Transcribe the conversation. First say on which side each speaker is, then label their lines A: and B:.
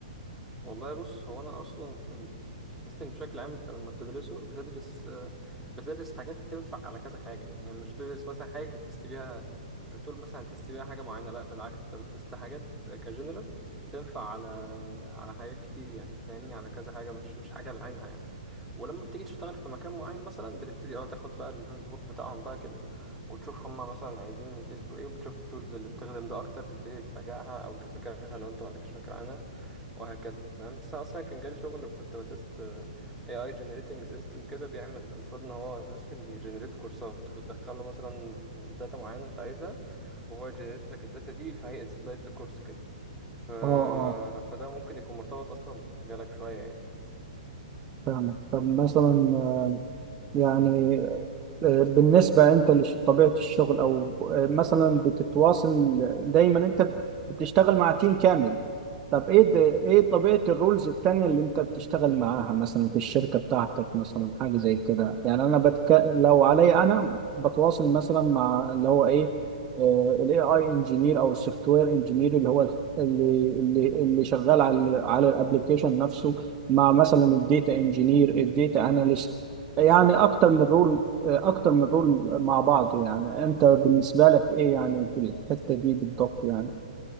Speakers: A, in the centre; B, on the right (about 25°).
A: والله بص هو أنا أصلا ال- التستنج بشكل عام أنت لما بتدرسه بتدرس آه، بتدرس حاجات تنفع على كذا حاجة يعني يعني مش بتدرس مثلا حاجة هتست بيها تقول مثلا هتست بيها حاجة معينة لا بالعكس أنت بتست حاجات كجنرال تنفع على على حاجات كتير يعني فاهمني على كذا حاجة مش مش حاجة لعينها يعني ولما بتيجي تشتغل في مكان معين مثلا بتبتدي اه تاخد بقى الهاند بوك بتاعهم بقى كده وتشوف هما مثلا عايزين يتستوا ايه وبتشوف التولز اللي بتخدم ده اكتر تبتدي تراجعها او تذاكرها لو انت ما عندكش فكره عنها وهكذا فاهم بس أنا اصلا كان جالي شغل كنت بتست اي اي جنريتنج سيستم كده بيعمل المفروض ان هو سيستم بيجنريت كورسات بتدخله مثلا داتا معينه انت عايزها وهو يجنريت لك الداتا دي في هيئه سلايدز كورس كده ف...
B: اه اه
A: فده ممكن يكون مرتبط اصلا بمجالك شويه يعني
B: فاهمك طب مثلا آه، يعني آه، بالنسبة أنت لطبيعة الشغل أو آه، مثلا بتتواصل دايما أنت بتشتغل مع تيم كامل طب ايه ده ايه طبيعة الرولز التانية اللي انت بتشتغل معاها مثلا في الشركة بتاعتك مثلا حاجة زي كده يعني انا بتك... لو عليا
A: مم.
B: انا بتواصل مثلا مع اللي هو ايه الاي اي انجينير او السوفت وير انجينير اللي هو الخ- اللي اللي اللي شغال على على الابلكيشن نفسه مع مثلا الديتا انجينير الديتا اناليست يعني اكتر من رول اكتر من رول مع بعضه يعني انت بالنسبة لك ايه يعني في الحتة دي بالضبط يعني